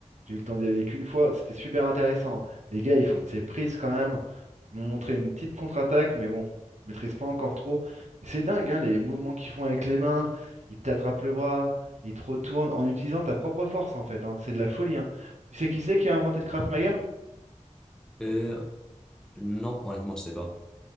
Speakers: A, on the right; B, in the centre.
A: J'ai eu le temps d'y aller qu'une fois. C'était super intéressant. hein. Les gars, ils font de ces prises quand même. Ils m'ont montré une petite contre-attaque, mais bon, je maîtrise pas encore trop. Mais c'est dingue, hein, les mouvements qu'ils font avec les mains. Ils t'attrapent le bras, ils te retournent en utilisant ta propre force en fait. hein. C'est de la folie. hein. Tu sais qui c'est qui a inventé le Krav Maga?
B: Euh, non, honnêtement, je sais pas.